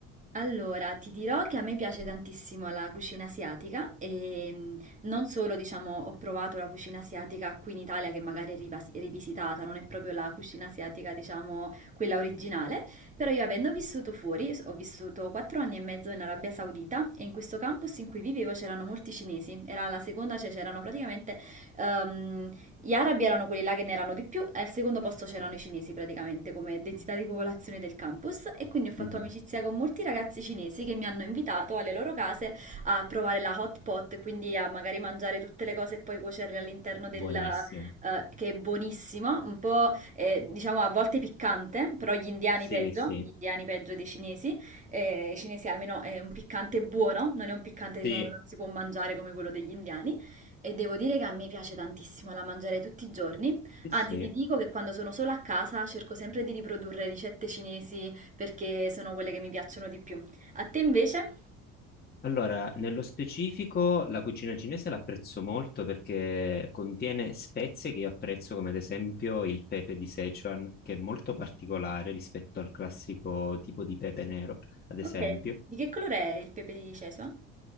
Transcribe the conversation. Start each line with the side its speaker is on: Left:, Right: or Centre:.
Right: Allora, ti dirò che a me piace tantissimo la cucina asiatica e mh, non solo, diciamo, ho provato la cucina asiatica qui in Italia che magari è rivas- rivisitata, non è proprio la cucina asiatica, diciamo, quella originale, però io avendo vissuto fuori, s- ho vissuto quattro anni e mezzo in Arabia Saudita e in questo campus in cui vivevo c'erano molti cinesi, era la seconda, cioè c'erano praticamente ehm, Gli arabi erano quelli là che ne erano di più e al secondo posto c'erano i cinesi praticamente come densità di popolazione del campus e quindi ho fatto
Left: Mhm.
Right: amicizia con molti ragazzi cinesi che mi hanno invitato alle loro case a provare la hot pot, quindi a magari mangiare tutte le cose e poi cuocerle all'interno del...
Left: Buonissimo.
Right: eh, che è buonissimo, un po' eh, diciamo a volte piccante, però gli indiani
Left: Sì,
Right: peggio,
Left: sì.
Right: gli indiani peggio dei cinesi, eh, i cinesi almeno è un piccante buono, non è un piccante diciamo
Left: Sì,
Right: che non si può mangiare come quello degli indiani. E devo dire che a me piace tantissimo, la mangerei tutti i giorni.
Left: sì,
Right: Anzi,
Left: sì.
Right: ti dico che quando sono sola a casa cerco sempre di riprodurre ricette cinesi perché sono quelle che mi piacciono di più. A te invece?
Left: Allora, nello specifico la cucina cinese l'apprezzo molto perché contiene spezie che io apprezzo, come ad esempio il pepe di Sichuan, che è molto particolare rispetto al classico tipo di pepe nero, ad
Right: Ok,
Left: esempio.
Right: di che colore è il pepe di Cesua?